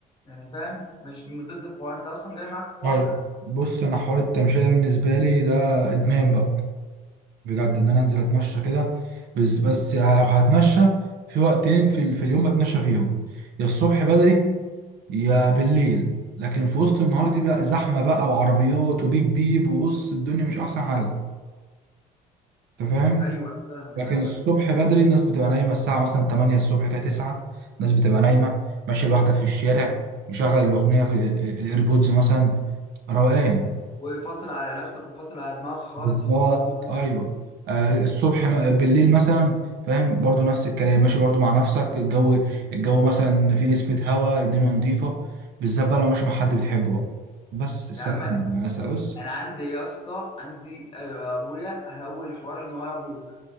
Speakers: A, on the left; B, on the right.
A: يعني فاهم مش من ضد الحوار انت اصلا جاي معاك الحوار
B: ايوه
A: ده
B: بص انا حوار التمشيه ده بالنسبه لي ده ادمان بقى بجد ان انا انزل اتمشى كده بس بس لو هتمشى في وقتين في, ال- في اليوم بتمشى فيهم يا الصبح بدري يا بالليل لكن في وسط النهار دي بقى زحمه بقى وعربيات وبيب بيب وبص الدنيا مش احسن حاجه انت فاهم
A: ايوه انا فاهمك
B: لكن
A: انا فاهم
B: الصبح بدري الناس بتبقى نايمه الساعه مثلا 8 الصبح كده 9 الناس بتبقى نايمه ماشي لوحدك في الشارع مشغل الاغنيه في ال- الايربودز مثلا روقان
A: وفاصل على نفسك وفاصل على دماغك خالص
B: بالظبط
A: الحوارات دي كلها
B: ايوه آه الصبح م- بالليل مثلا فاهم برضو نفس الكلام ماشي برضو مع نفسك الجو الجو مثلا في نسمة هواء الدنيا نظيفة بالذات بقى لو ماشي مع حد بتحبه بقى بس سلام
A: يا عم
B: يا سلام بس
A: انا عندي يا اسطى عندي أيوة يا ابويا هو الحوار ان هو يقعد يزعل